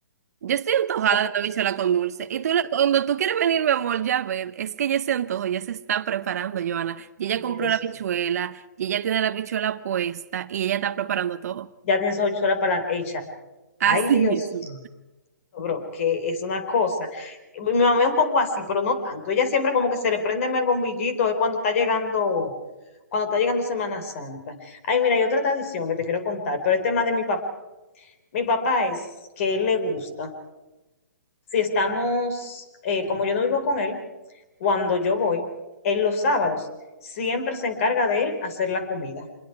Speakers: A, on the right (about 55°); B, on the left (about 45°).
A: Yo estoy antojada
B: Oh,
A: de una bichola con dulce. Y tú, le- cuando tú quieres venir, mi amor, ya ver, es que ya se antojo, ya se está preparando, Joana. Y ella
B: Dios,
A: compró la bichuela, y ella tiene la bichuela puesta, y ella está preparando todo.
B: ya tiene esa habichuela para la hecha.
A: Así
B: Ay, Dios
A: mismo.
B: bro, que es una cosa. Mi mi mamá es un poco así, pero no tanto. Ella siempre como que se le prende el bombillito, es cuando está llegando, cuando está llegando Semana Santa. Ay, mira, hay otra tradición que te quiero contar, pero es tema de mi papá. Mi papá es que él le gusta. Si estamos, eh, como yo no vivo con él, cuando yo voy, en los sábados, siempre se encarga de él hacer la comida.